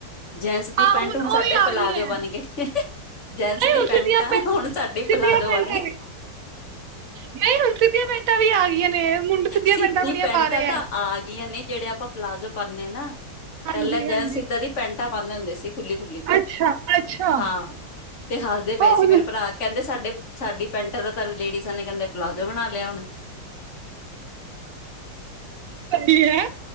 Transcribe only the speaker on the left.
ਜੈਂਟਸ ਦੀ
ਪੈਂਟ ਹੁਣ
ਸਾਡੇ
ਪਲਾਜ਼ੋ
ਬਣ ਗਏ, ਜੈਂਟ
ਸ ਦੀ
ਪੈਂਟਾਂ
ਹੁਣ ਸਾਡੀ
ਪਲਾਜ਼ੋ
ਬਣ ਗਏ।
ਸਿੱਧੀ
ਪੈਂਟਾਂ
ਤਾਂ ਆ ਗਈਆਂ ਨੇ ਜਿਹੜੇ ਆਪਾਂ ਪਲਾਜ਼ੋ ਪਾਣੇ ਆ ਨਾ
ਪਹਿਲਾਂ
ਜੈਂਨਸ ਇਧਾਂ ਦੀ ਪੈਂਟਾਂ ਪਾਉਂਦੇ ਹੁੰਦੇ ਸੀ ਖੁੱਲੀ-ਖੁੱਲੀ,
ਹਾਂ ਤੇ ਹੱਸਦੇ ਪਏ
ਸੀ ਮੇਰੇ ਭਰਾ ਕਹਿੰਦੇ ਸਾਡੇ ਸਾਡੀ ਪੈਂਟਾਂ ਦਾ ਤਾਂ ਲੇਡੀਜ਼ਾਂ ਨੇ ਕਹਿੰਦੇ ਪਲਾ ਜੋ ਬਣਾ ਲਿਆ ਹੁਣ।